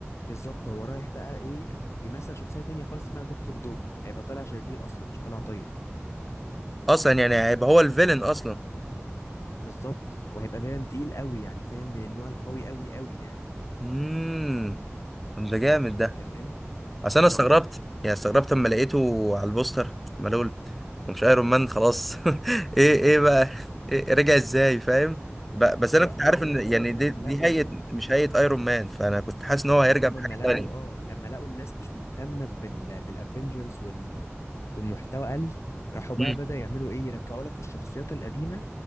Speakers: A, on the left; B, in the centre.
A: بالظبط هو رايح بقى ايه بيمثل شخصيه تانية خالص اسمها دكتور دوم هيبقى طالع شرير اصلا مش طالع طيب
B: اصلا يعني هيبقى هو الفيلن اصلا
A: بالظبط وهيبقى فعلا تقيل قوي يعني فاهم من النوع القوي قوي قوي يعني
B: امم طب ده جامد ده
A: فاهم
B: اصل انا
A: اه
B: استغربت يعني استغربت اما لقيته على البوستر ملول ومش ايرون مان خلاص <laughs> ايه ايه بقى إيه رجع ازاي فاهم ب-
A: ما
B: بس
A: هو
B: انا كنت
A: هو
B: عارف
A: زي
B: ان
A: ما بقول
B: يعني
A: لك
B: دي
A: لما
B: دي
A: لقوا
B: هيئه
A: اه
B: مش هيئه ايرون مان فانا كنت حاسس ان هو هيرجع
A: ما هم
B: بحاجه
A: لما لقوا
B: تانية
A: اه لما لقوا الناس مش مهتمه بال بالافنجرز وال... والمحتوى قل راحوا بقى
B: امم
A: بدأ يعملوا ايه يرجعوا لك الشخصيات القديمه